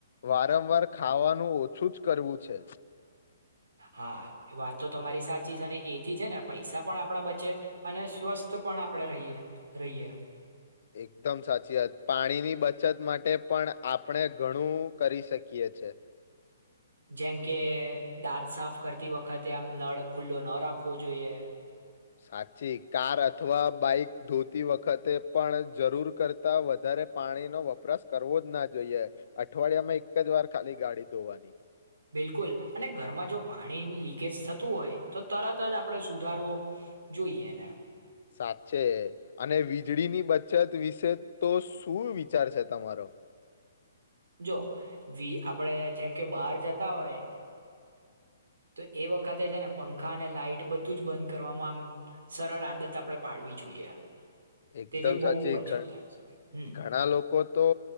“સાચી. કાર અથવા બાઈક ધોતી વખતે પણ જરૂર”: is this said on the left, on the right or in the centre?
Left